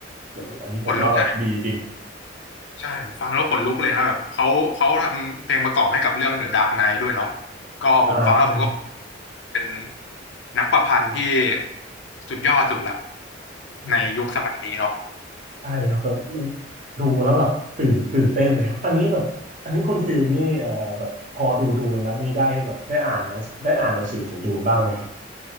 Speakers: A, on the right; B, on the left.
A: อันนี้ผมว่าแบบดีจริง
B: ขนลุกนะใช่ผมฟังแล้วขนลุกเลยฮะแบบเขาเขาทำเพลงประกอบให้กับเรื่อง The Dark Knight ด้วยเนาะก็ผมฟังแล้วผมก็
A: อ่าใช่
B: เป็นนักประพันธ์ที่สุดยอดสุดละ
A: ใช่
B: ในยุคสมัยนี้เนาะ
A: ใช่ครับแบบมันดูแล้วแบบตื่นตื่นเต้นเลยครับอันนี้แบบอันนี้คุณฟิลนี่เอ่อแบบพอดูดูนแล้วมีได้แบบได้อ่านหนังได้อ่านหนังสือของดูนบ้างไหมครับ